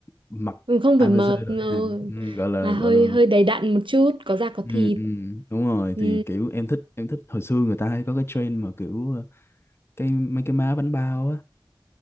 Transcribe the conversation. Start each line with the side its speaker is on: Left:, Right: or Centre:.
Left: mặc
Right: không
Left: ABC
Right: phải mập
Left: rồi
Right: ừ.
Left: nha ừ, gọi là
Right: là hơi
Left: gọi là
Right: hơi đầy đặn một chút có da có
Left: ừ,
Right: thịt
Left: ừ, đúng rồi
Right: ừ
Left: thì kiểu em thích em thích hồi xưa người ta hay có cái trend mà kiểu ờ, cái mấy cái má bánh bao á